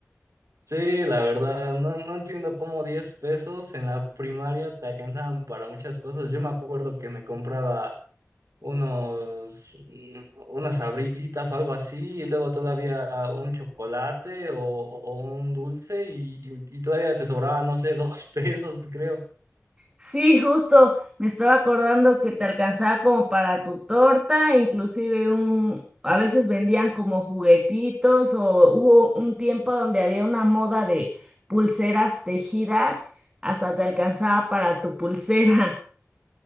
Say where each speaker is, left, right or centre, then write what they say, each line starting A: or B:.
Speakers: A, on the right; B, on the right.
A: Sí, la verdad, no, no entiendo cómo 10 pesos en la primaria te alcanzaban para muchas cosas. Yo me acuerdo que me compraba unos, mm, unas sabritas o algo así, y luego todavía un chocolate o, o un dulce, y, y- y todavía te sobraba, no sé, <laughs> dos pesos, creo.
B: Sí, justo me estaba acordando que te alcanzaba como para tu torta, inclusive un, a veces vendían como juguetitos o hubo un tiempo donde había una moda de pulseras tejidas, hasta te alcanzaba para tu pulsera. <laughs>